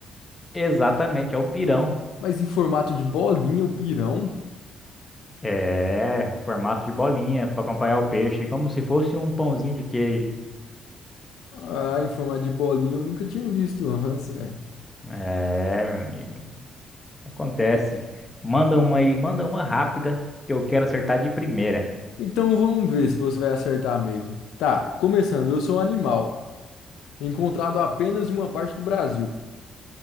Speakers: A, on the left; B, on the left.
A: Exatamente, é o pirão.
B: Mas em formato de bolinha, o pirão?
A: É, formato de bolinha para acompanhar o peixe, como se fosse um pãozinho de queijo.
B: Ah, em forma de bolinho, eu nunca tinha visto antes, velho.
A: É, meu amigo. Acontece. Manda uma aí, manda uma rápida que eu quero acertar de primeira.
B: Então vamos ver se você vai acertar mesmo. Tá, começando. Eu sou um animal, encontrado apenas em uma parte do Brasil.